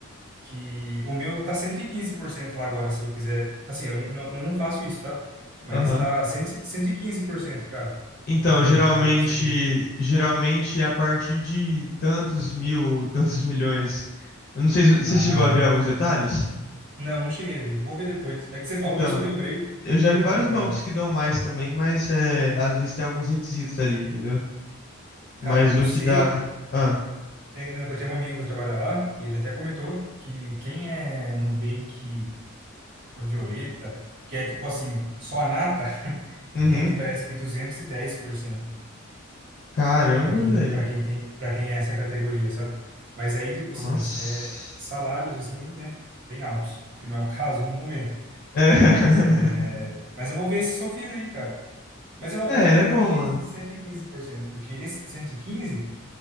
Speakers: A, on the right (about 65°); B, on the left (about 45°).
A: Que o meu tá 115% lá agora, se eu quiser. Assim, eu n- não, não não faço isso, tá? Mas
B: aham.
A: tá cem cento e quinze por cento, cara,
B: Então,
A: rendendo
B: geralmente,
A: do CD.
B: geralmente é a partir de tantos mil ou tantos milhões. Eu não sei se você
A: Ah,
B: chegou a ver os
A: tá.
B: detalhes.
A: Não, não cheguei a ver. Vou ver depois. É que você falou
B: Então,
A: isso, eu lembrei.
B: eu já
A: Vou
B: vi vários
A: dar uma
B: bancos
A: olhada.
B: que dão mais também, mas é, às vezes tem alguns requisitos ali, entendeu? Mas
A: Cara, eu eu
B: o
A: sei
B: que dá. Ah,
A: Tem- não, Eu tenho um amigo que trabalha lá e ele até comentou que quem é Nubank Violeta, que é tipo assim, só a nata, <laughs>
B: uhum.
A: rende parece que 210%
B: Caramba,
A: para quem
B: velho.
A: para quem tem para quem é essa categoria, sabe? Mas aí tipo
B: Nossa.
A: assim, é salários assim, né, bem altos, que não é o <laughs> caso no momento,
B: É. <laughs>
A: mas é, mas eu vou ver esse Sofia aí, cara. Mas eu
B: É,
A: vou
B: ele
A: ver
B: é bom,
A: também
B: mano.
A: esse de 115%, porque esse de 115,